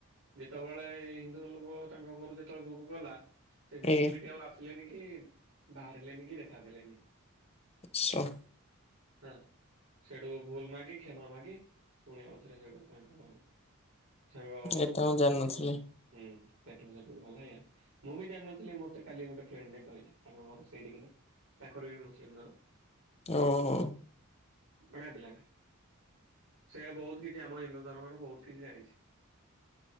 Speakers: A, on the right; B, on the left.
A: ଯେତେବେଳେ ହିନ୍ଦୁ ଲୋକ ତାଙ୍କ ଘରୁ ଯେତେବେଳେ ଭୋଗ କଲା। ସେ ଝିଟିପିଟି
B: ଆଜ୍ଞା।
A: ଆଉ ଆସିଲେନି କି ବାହାରିଲେନି କି ଦେଖା ଦେଲେନି।
B: ସ <unintelligible>
A: ହଁ। ସେଠୁ ଭୁଲ ମାଗି, କ୍ଷମା ମାଗି, ପୁଣି ଆଉ ଥରେ ସେଠୁ ତାଙ୍କ ସାଙ୍ଗ
B: ଏଟା
A: ଯୋଉ
B: ମୁଁ ଜାଣିନଥିଲି
A: ମୁସଲିମ ଘର, ହୁଁ ସେଠୁ ସେଠୁ ଗଲା। ମୁଁ ବି ଜାଣିନଥିଲି ମତେ କାଲି ଗୋଟେ ଫ୍ରେଣ୍ଡ ଟେ କହିଲା, ତାଙ୍କ ଘର ସେଇଠିକି ନା। ତାଙ୍କର ବି ମୁସଲିମ ଘର, ହୁଁ
B: ଓହୋ
A: ବଢ଼ିଆ ପିଲାଟା। ସେ ବହୁତ କିଛି ଆମ ହିନ୍ଦୁ ଧର୍ମର ବହୁତ କିଛି ଜାଣିଛି।